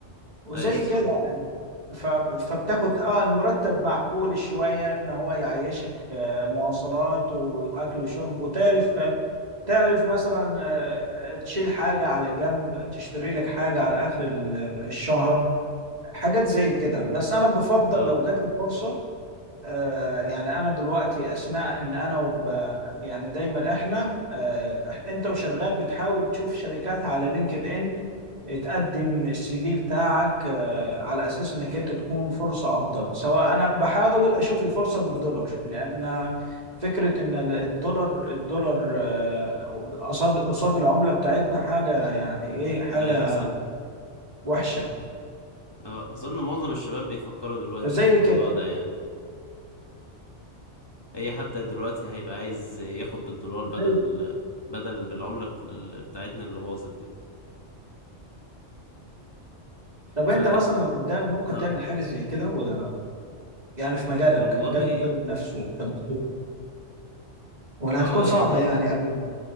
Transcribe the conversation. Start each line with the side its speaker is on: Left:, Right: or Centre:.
Right: وزي
Left: ايوه صح
Right: كده يعني ف... فبتاخد اه المرتب معقول شويه ان هو يعيشك آه، مواصلات واكل وشرب وتعرف تعرف مثلا آه، تشيل حاجه على جنب تشتري لك حاجه على اخر ال- الشهر حاجات زي كده بس انا بفضل
Left: اه
Right: لو جات لي فرصه آه، يعني انا دلوقتي اثناء ان انا وب... يعني دايما احنا آه، انت وشغال بتحاول تشوف شركات على لينكد ان تقدم السي في بتاعك آه، على اساس انك انت تكون فرصة افضل سواء انا بحاول اشوف لي فرصة بالدولار لان فكرة ان الدولار الدولار آه، قصاد قصاد العملة بتاعتنا حاجة يعني ايه حاجة
Left: ايوه صح
Right: وحشة
Left: اه اظن معظم الشباب بيفكروا دلوقتي
Right: فزي
Left: في الموضوع
Right: كده
Left: ده يعني اي حد دلوقتي هيبقى عايز ياخد بالدولار بدل
Right: زي-
Left: بدل بالعملة بت- بتاعتنا اللي باظت دي
Right: طب
Left: ف
Right: انت مثلا قدام ممكن
Left: اه
Right: تعمل حاجة زي كده ولا يعني في مجالك
Left: والله
Right: مجال الطب نفسه كدكتور ولا
Left: اه
Right: هتكون صعبة
Left: يعني
Right: يعني أوي